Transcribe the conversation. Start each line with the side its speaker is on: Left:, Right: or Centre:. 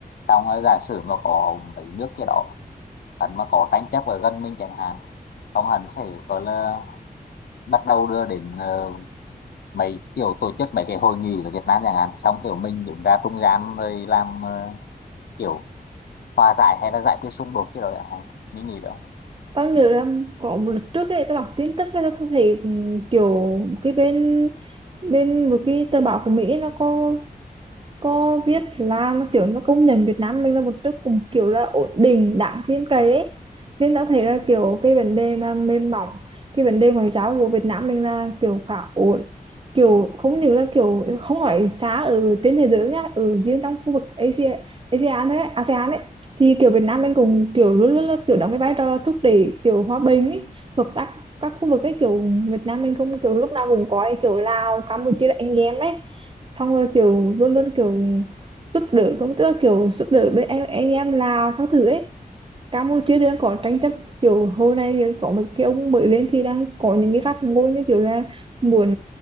Left: xong là giả sử mà có mấy nước kia đó hắn mà có tranh chấp ở gần mình chẳng hạn xong hắn sẽ gọi là bắt đầu đưa đến ờ, mấy kiểu tổ chức mấy cái hội nghị ở Việt Nam chẳng hạn xong kiểu mình đứng ra trung gian rồi làm ờ, kiểu hòa giải hay là giải quyết xung đột cái đó chẳng hạn mình nghĩ đâu
Right: tao nhớ là có một lần trước ấy tao đọc tin tức ấy tao thấy ừm, kiểu cái bên bên một cái tờ báo của Mỹ ấy, nó có có biết là nó kiểu nó công nhận Việt Nam mình là một nước cùng kiểu là ổn định đáng tin cậy ấy nên đã thấy là kiểu cái vấn đề mà mềm mỏng cái vấn đề ngoại giao của Việt Nam mình là kiểu khá ổn kiểu không những là kiểu không phải xa ở trên thế giới nhá ở riêng trong khu vực Asia ASEAN đấy ASEAN ấy thì kiểu Việt Nam mình cũng kiểu luôn luôn là kiểu đóng cái vai trò là thúc đẩy kiểu hòa bình ấy hợp tác các khu vực ấy kiểu Việt Nam mình không kiểu lúc nào cũng có ấy, kiểu Lào Campuchia là anh em ấy xong rồi kiểu luôn luôn kiểu giúp đỡ cũng tức là kiểu giúp đỡ với anh anh em Lào các thứ ấy Campuchia thì đang có tranh chấp kiểu hồi nay thì có một cái ông mới lên thì đang có những cái phát ngôn như kiểu là muốn